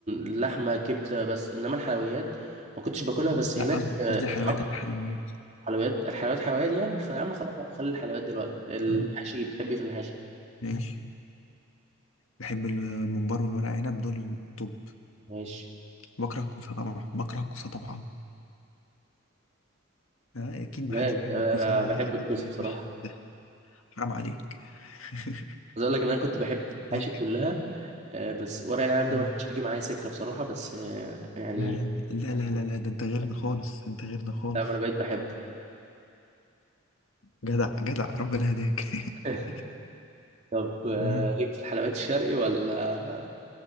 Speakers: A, on the right; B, on the left.
A: لحمه كبده بس انما الحلويات ما كنتش باكلها
B: مم.
A: بس
B: لا
A: هناك
B: قصدي
A: آه،
B: قصدي حلويات
A: حط
B: الحلويات
A: حلويات الحلويات حلويات يعني خ- يا عم خلاص خلي الحلويات دلوقتي المحاشي
B: آه،
A: بتحب ايه في المحاشي
B: ماشي بحب الممبار والورق عنب دول طب
A: ماشي
B: بكره الكوسه طبعا بكره الكوسه طبعا آه، اكيد ما
A: لا،
B: حدش بيحب الكوسه
A: انا
B: آه،
A: بحب الكوسه بصراحه
B: مش ده حرام عليك <laughs>
A: عايز اقول لك ان انا كنت بحب المحاشي
B: لا
A: كلها آه، بس ورق العنب
B: لا
A: ده ما كانش بيجي معايا سكه بصراحه بس آه، يعني
B: لا لا لا, لا. ده انت غيرنا خالص انت غيرنا خالص
A: لا، انا بقيت بحبه
B: جدع جدع ربنا هداك <laughs>
A: <laughs> طب آه،
B: مم.
A: ليك في الحلويات الشرقي ولا